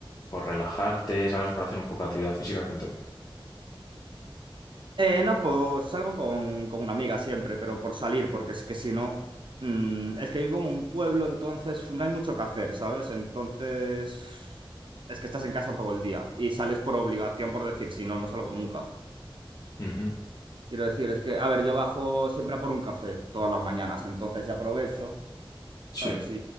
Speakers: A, on the left; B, on the right.
A: por relajarte, sales por hacer un poco de actividad física? Cuéntame.
B: Eh, no, pues salgo con, con una amiga siempre, pero por salir, porque es que si no, mm, es que vivo en un pueblo, entonces no hay mucho que hacer, ¿sabes? Entonces, es que estás en casa todo el día y sales por obligación, por decir, si no, no salgo nunca.
A: Ujú.
B: Quiero decir, es que, a ver, yo bajo siempre a por un café todas las mañanas, entonces ya aprovecho,
A: Sí,
B: ¿sabes? Y,